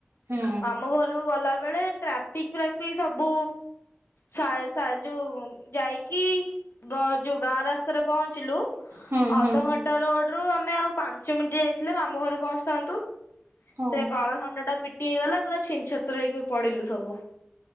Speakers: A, on the right (about 75°); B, on the left (about 65°).
A: ହୁଁ
B: ମାମୁ ଘରକୁ ଗଲାବେଳେ ଟ୍ରା ପିକ ଫ୍ରାପିକ୍ ସବୁ ଶାଆ ଯୋଉ ଯାଇକି ବ ଯୋଉ ଗାଁ ରାସ୍ତାରେ ପହଞ୍ଚିଲୁ
A: ହୁଁ
B: ଅଧଘ
A: ହୁଁ
B: ରୋଡ ରୁ ଆମେ ଆଉ ପାଞ୍ଚ ମିନିଟ୍ ଯାଇଥିଲେ ମାମୁ ଘରେ ପହଞ୍ଚିଥାନ୍ତୁ।
A: ହଁ
B: ସେ କଳା ଷଣ୍ଢ ଟା ପିଟି ହେଇଗଲା ପୁରା ଛିନ ଛତ୍ର ହେଇକି ପଡିଲୁ ସବୁ।